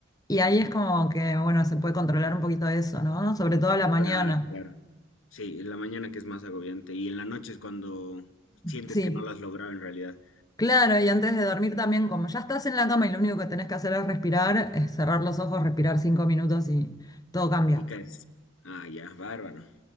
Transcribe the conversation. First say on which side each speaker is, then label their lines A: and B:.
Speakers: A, on the left; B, on the left.
A: Y ahí es como que, bueno, se puede controlar un poquito eso, ¿no? Sobre todo a la mañana.
B: Claro, claro. Sí, en la mañana que es más agobiante, y en la noche es cuando sientes
A: Sí,
B: que no lo has logrado en realidad,
A: claro, y antes de dormir también, como ya estás en la cama y lo único que tenés que hacer es respirar, es cerrar los ojos, respirar cinco minutos y todo cambia.
B: y caes. Ah, ya, bárbaro.